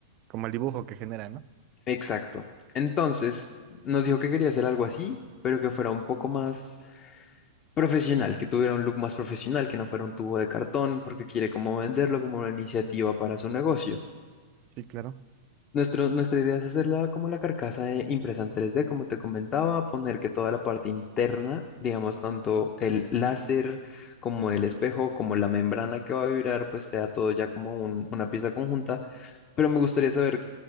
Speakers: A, on the right; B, on the left.
A: como el dibujo que genera, ¿no?
B: Exacto. Entonces, nos dijo que quería hacer algo así, pero que fuera un poco más profesional, que tuviera un look más profesional, que no fuera un tubo de cartón, porque quiere como venderlo como una iniciativa para su negocio.
A: Sí, claro.
B: Nuestro, nuestra idea es hacerla como la carcasa eh, impresa en 3D, como te comentaba, poner que toda la parte interna, digamos, tanto el láser como el espejo, como la membrana que va a vibrar, pues sea todo ya como un- una pieza conjunta. Pero me gustaría saber,